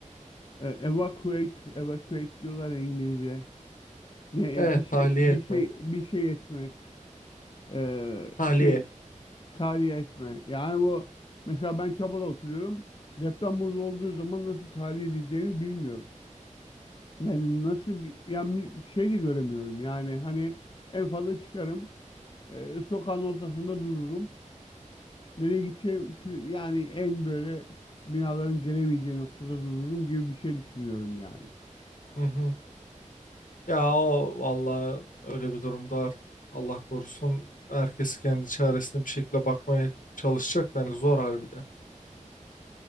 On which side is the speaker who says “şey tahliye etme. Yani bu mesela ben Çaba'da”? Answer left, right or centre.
Left